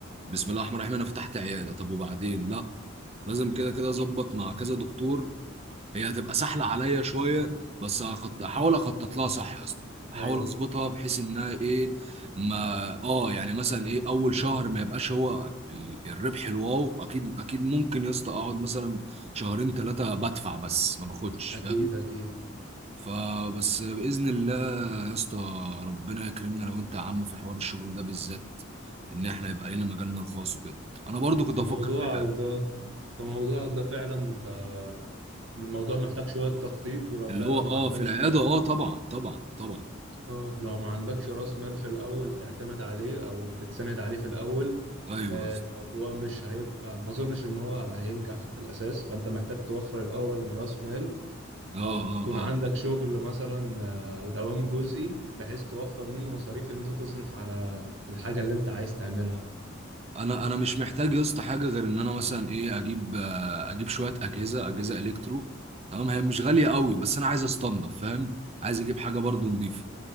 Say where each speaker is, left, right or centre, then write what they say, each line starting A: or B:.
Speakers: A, on the right; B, on the right.
A: بسم الله الرحمن الرحيم انا فتحت عياده طب وبعدين لا لازم كده كده اظبط مع كذا دكتور هي هتبقى سهله عليا شويه بس هخط... احاول اخطط لها صح يا اسطى احاول
B: أيوه
A: اظبطها بحيث انها ايه ما اه يعني مثلا ايه اول شهر ما يبقاش هو ال- الربح الواو اكيد اكيد ممكن يا اسطى اقعد مثلا شهرين ثلاثه بدفع بس ما باخدش
B: أكيد
A: فاهم
B: أكيد
A: فبس باذن الله يا اسطى ربنا يكرمنا لو انت يا عم في حوار الشغل ده بالذات ان احنا يبقى لنا مجالنا الخاص وكده انا برضو كنت
B: في
A: افكر
B: موضوعك
A: في حاجه
B: ده فموضوعك ده فعلا انت الموضوع محتاج شوية تخطيط ولو
A: اللي
B: فعلا
A: هو
B: ما
A: اه
B: عندكش
A: في العياده اه طبعا طبعا طبعا
B: اه لو ما عندكش راس مال في الأول تعتمد عليه أو تتسند عليه في الأول
A: ايوه
B: آه،
A: يا اسطى.
B: الموضوع مش هيبقى ما أظنش إن هو هينجح في الأساس فأنت محتاج توفر الأول راس مال
A: اه اه
B: أو تكون
A: اه
B: عندك شغل مثلا آه، دوام جزئي بحيث توفر منه مصاريف إن أنت تصرف على الحاجة اللي أنت عايز تعملها
A: انا انا مش محتاج يا اسطى حاجه غير ان انا مثلا ايه اجيب آه، اجيب شويه اجهزه اجهزه الكترو تمام هي مش غاليه قوي بس انا عايز استنضف فاهم عايز اجيب حاجه برضو نضيفه